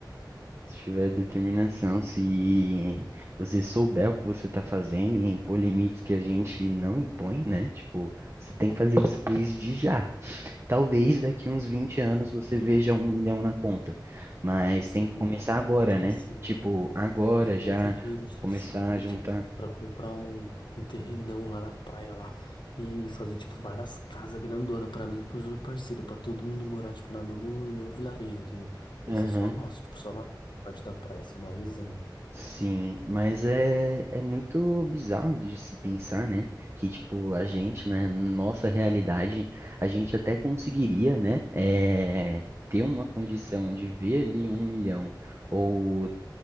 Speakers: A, on the right (about 35°); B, on the left (about 75°).
A: se tiver determinação, se você souber o que você tá fazendo e impor limites que a gente não impõe, né? Tipo, você tem que fazer isso desde já. Talvez daqui uns 20 anos você veja um milhão na conta, mas
B: Sim,
A: tem que começar agora,
B: tipo
A: né?
B: assim,
A: Tipo, agora
B: eu queria
A: já
B: ter dinheiro suficiente
A: começar a juntar.
B: pra comprar um, um terrenão lá na praia lá e fazer tipo várias casas grandonas pra mim e pros meus parceiros, pra todo mundo morar tipo na meu, no meu vilarejo, entendeu?
A: Aham,
B: Ia ser só nosso, tipo só na parte da praia, ia ser uma resenha.
A: sim, mas é, é muito bizarro de se pensar, né? Que, tipo, a gente, na nossa realidade, a gente até conseguiria, né? É, ter uma condição de ver ali um milhão ou